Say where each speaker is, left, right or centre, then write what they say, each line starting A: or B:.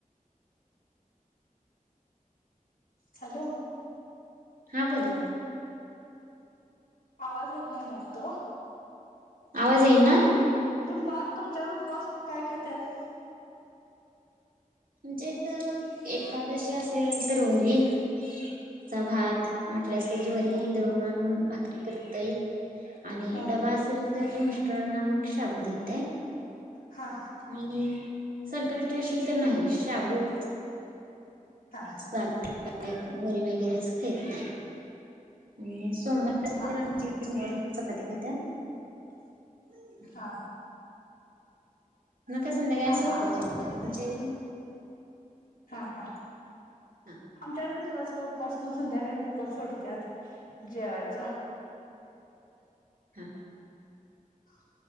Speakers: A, on the left; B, on the right.
A: हॅलो
B: हा बोला की
A: आवाज येत नाही वाटतो ओ
B: आवाज येई ना
A: तुमजा तुमच्याकडे उपवासाला काय खात्यात?
B: आमच्या इथ एकादशी असेल तर वरी चा
A: हा
B: भात वाटल्यास त्याची वरी
A: हा
B: दळून आणून भाकरी करत तइ आणि
A: हा
B: डबा असल तर मिस्टरांना मग शाबू देत
A: हा
B: आणि संकष्टी अशेल तर नाही शाबू
A: हा
B: चालतय <unintelligible> वरी वगैरे असं खाईत नाही ह्म्म सोमर <unintelligible>
A: हा
B: आमची सोमवारी चपाती खात्यात <unintelligible>
A: हा
B: मी काय संध्याकाळी
A: थांबा
B: असं उपवास
A: हा ठेवतो
B: सोडते आता
A: करतो.
B: तुमच्याइकडं.
A: हा हा
B: हा
A: आमच्याकडं पण दिवसभर उपवास उपवास करून संध्याकाळी उपास सोडत्यात जेवायचं
B: हा
A: <inaudible>